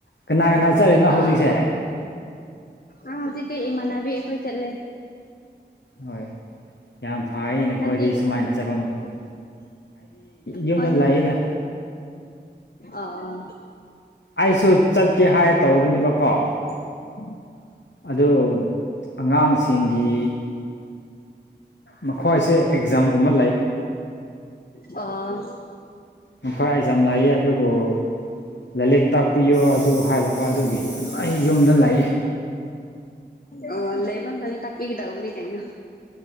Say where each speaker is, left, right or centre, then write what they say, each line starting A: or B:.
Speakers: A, on the left; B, on the left.
A: ꯀꯅꯥ ꯀꯅꯥ ꯆꯠꯂꯤꯅꯣ ꯍꯧꯖꯤꯛꯁꯦ
B: ꯑꯥ ꯑ ꯇꯤꯗꯤꯤ ꯏꯃꯥꯟꯕꯤ ꯑꯩꯈꯣꯏ ꯆꯠꯂꯦ
A: ꯍꯣꯏ ꯌꯥꯝ ꯐꯩꯅ
B: ꯅꯪꯗꯤ
A: ꯈꯣꯏꯗꯤ ꯁꯨꯃꯥꯏꯅ ꯆꯠꯄ ꯃꯐꯝ ꯌꯨꯝꯗ
B: ꯍ
A: ꯂꯩꯗ
B: ꯑꯣ
A: ꯑꯩꯁꯨ ꯆꯠꯀꯦ ꯍꯥꯏꯔ ꯇꯧꯕꯅꯦꯕꯀꯣ
B: <unintelligible>
A: ꯑꯗꯨ ꯑꯉꯥꯡꯁꯤꯡꯒꯤ ꯃꯈꯣꯏꯁꯦ ꯑꯦꯛꯖꯥꯝꯒꯨꯝꯕ
B: ꯑꯥ ꯑ
A: ꯑꯩꯈꯣꯏ ꯑꯩ ꯌꯥꯝ ꯂꯥꯛꯌꯦ ꯑꯗꯨꯕꯨꯣ ꯂꯥꯏꯔꯤꯛ ꯇꯥꯛꯄꯤꯌꯣ ꯑꯗꯨ ꯍꯥꯏꯕꯀꯣ ꯑꯗꯨꯒꯤ ꯌꯥꯝ ꯌꯨꯝꯗ ꯂꯏ
B: ꯑꯣ ꯂꯩꯕ ꯇ ꯇꯥꯛ ꯄꯤ ꯀꯗꯕ ꯅ ꯀꯥꯏꯅ